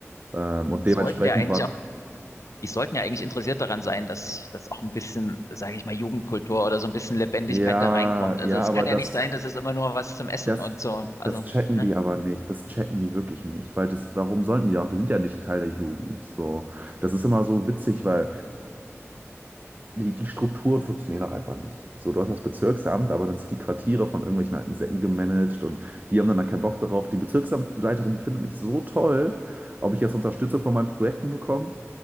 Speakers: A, on the right (about 35°); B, on the left (about 80°).
A: Ähm, und
B: Die sollten
A: dementsprechend
B: ja eigentlich
A: war.
B: auch die sollten ja eigentlich interessiert daran sein, dass, dass auch ein bisschen, sage ich mal, Jugendkultur oder so ein bisschen Lebendigkeit
A: Ja,
B: da reinkommt. Also
A: ja,
B: es
A: aber
B: kann ja
A: das.
B: nicht sein, dass es immer nur was zum Essen
A: Das,
B: und so. Also,
A: das checken
B: ne?
A: die aber nicht, das checken die wirklich nicht, weil das, warum sollten die auch? Die sind ja nicht Teil der Jugend, so. Das ist immer so witzig, weil die, die Strukturen funktionieren auch einfach nicht. So, du hast das Bezirksamt, aber dann sind die Quartiere von irgendwelchen alten Säcken gemanagt und die haben dann da keinen Bock darauf. Die Bezirksamtleiterin, die findet mich so toll, ob ich jetzt Unterstützung von meinen Projekten bekomme?